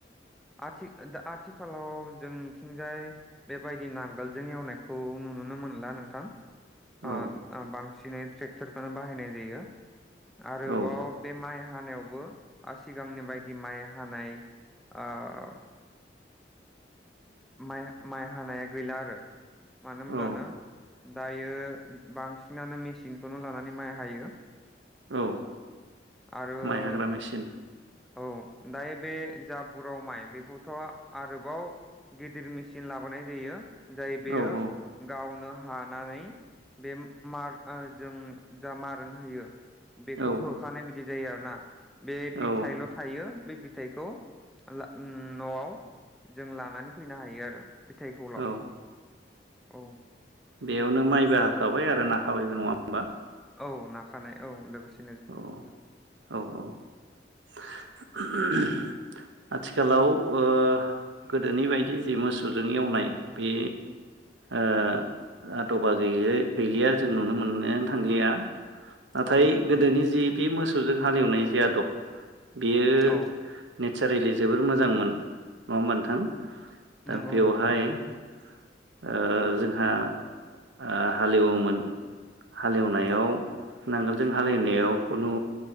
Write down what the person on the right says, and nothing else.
औ
औ
औ
औ
माइ हाग्रा मेचिन
औ औ
औ
औ
औ
बेयावनो माइबो हाखाबाय आरो नाखाबायबो नङा होमबा?
औ औ औ <inaudible> आथिखालाव ओ गोदोनि बायदि जि मोसौजों एवनाय बे आ आदबा गै गैलिया जों नुनो मोननो थांलिया नाथाय
गोदोनि
जि बे मोसौजों हालेवनाय आदब बेयो
नेचारेलि जोबोर मोजांमोन नङा होमबा नोंथां? दा
बेवहाय
ओ जोंहा आ हालेवोमोन हालेवनायाव नांगोलजों हालिनायाव खुनु